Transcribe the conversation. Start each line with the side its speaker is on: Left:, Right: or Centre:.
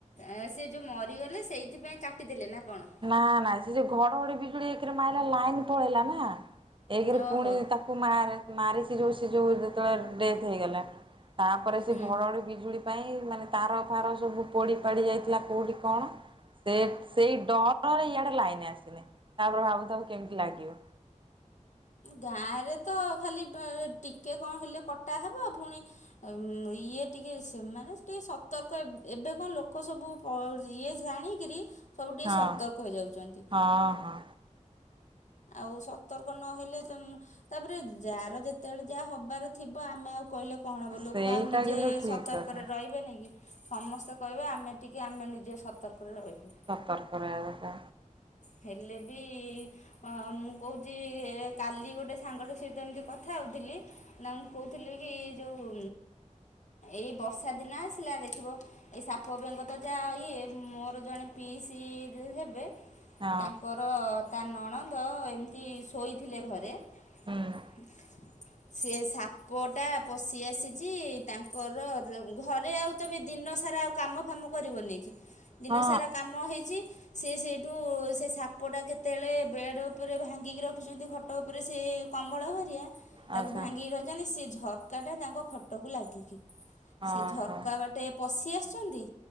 Left: ଏ ସେ ଯୋଉ ମରିଗଲେ ସେଇଥିପାଇଁ କାଟିଦେଲେ ନା କଣ?
Right: ନା ନା ସେ ଜଉ ଘଡ଼ଘଡ଼ି ବିଜୁଳୀ ଏକେରେ ମାଇଲା ଲାଇନ ପଳେଇଲାନା ଏକେରେ
Left: ଓହୋ
Right: ପୁଣି କୁ ମାରେ ମାରିସି ଯୋଉ ସେ ଯୋଉ ଯେତବେଳେ ଡେଥ୍ ହେଇଗଲା ତାପରେ ସେ
Left: ହୁଁ
Right: ଭଣ ବିଜୁଳି ପାଇଁ ମାନେ ତାର ଫାର ସବୁ ପୋଡ଼ି ପାଡ଼ି ଯାଇଥିଲା କୋଉଠି କଣ ସେ ସେଇ ଡହଳରେ ୟାଡେ ଲାଇନ ଆସିନି ତାପରେ ମୁଁ କେମତି ଭାବୁଥା କେମିତି ଲାଗିବ?
Left: ଗାଁ ରେ ତ ଖାଲି ବା ଟିକେ କଣ ହେଲେ କଟା ହେବ ଫୁନି ଉଁ ଇଏ ଟିକେ ସେମାନେ ଟିକେ ସତର୍କ ଏବେଙ୍କ ଲୋକ ସବୁ ଆଉରି ଇଏ ଯାଣିକିରି ସବୁଟିକେ
Right: ହଁ
Left: ସତର୍କ ହେଇଯାଉଛ ନ୍ତି।
Right: ହଁ ହଁ
Left: ଆଉ ସତର୍କ ନ ହେଲେ ତମେ ତାପରେ ଯାର ଜେତବେଳେ ଯାହ ଥିବ ଆମେ ଆଉ କରିପରିବୁନୁ। କଣ ହବ ଲୋକ
Right: ସେଇଟା
Left: ଆଉ ନିଜେ
Right: କିନ୍ତୁ ଠିକ
Left: ସତର୍କ
Right: କଥା।
Left: ରେ ରହିବେନିକି ସମସ୍ତେ କହିବେ ଆମେ ଟିକେ ଆମେ ନିଜେ ସତର୍କ ରେ ରହିବୁ।
Right: ସତର୍କ ରହିବା ଦରକାର୍।
Left: ହେଲେବି ହଁ ମୁଁ କହୁଚି କାଲି ଗୋଟେ ସାଙ୍ଗଟେ ସହିତ ଏମିତି କଥା ହଉଥିଲି ନା ମୁଁ କହୁଥିଲି କି ଯୋଉ ଏଇ ବର୍ଷା ଦିନ ଆସିଲା ଦେଖିବ ଏଇ ସାପ ବେଙ୍ଗ ତ ଯାହା ଇଏ, ମୋର ଜଣେ ପିସି ହେବେ
Right: ହଁ
Left: ତାଙ୍କର ତା ନଣନ୍ଦ ଏମିତି ଶୋଇଥିଲେ ଘରେ।
Right: ହଁ ହୁଁ
Left: <inaudible> ସେ ସାପଟା ପଶି ଆସିଛି ତାଙ୍କର ର ଘରେ ଆଉ ତମେ ଦିନ ସାରା ଆଉ କାମ ଫାମ କରିବନି କି। ଦିନସାରା
Right: ହଁ
Left: କାମ ହେଇଚି ସେ ସେଇଠୁ ସେ ସାପଟା କେତେବେଳେ ବେଡ଼୍ ଉପରେ ଭାଙ୍ଗିକି ରଖିଛନ୍ତି ଖଟ ଉପରେ ସେ କମଳ ହେରିଆ।
Right: ଆଚ୍ଛା
Left: ତାକୁ ଭାଙ୍ଗିକି ରଖିଛନ୍ତି। ସେ ଝରକା ଟା ତାଙ୍କ ଖଟକୁ ଲାଗିକି।
Right: ହଁ
Left: ସେ ଝରକା
Right: ହଁ
Left: ବାଟେ ଟେ ପଶି ଆସିଛନ୍ତି